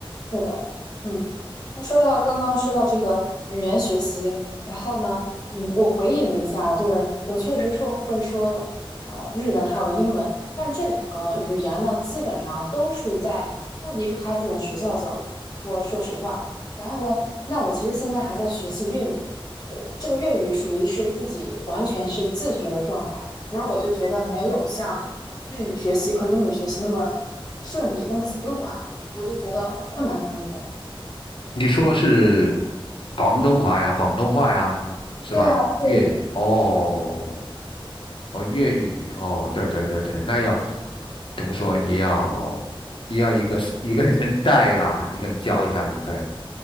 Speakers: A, on the left; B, on the left.
A: 是的，嗯，那说到刚刚说到这个语言学习，然后呢，嗯，我回忆了一下，就是我确实说会说呃日文还有英文，但是这两个语言呢，基本上都是在都离不开这种学校教育。说说实话，然后呢，那我其实现在还在学习粤语，呃，这个粤语属于是自己完全是自学的状态，然后我就觉得没有像日语学习和英语学习那么顺利，那么丝滑。我就觉得困难重重。
B: 你说是广东话呀，广东话呀，是吧？
A: 对啊，粤语，
B: 粤语哦，哦，粤语哦，对对对对，那要怎么说？也要也要一个一个人带啦，一个人教一下子，对，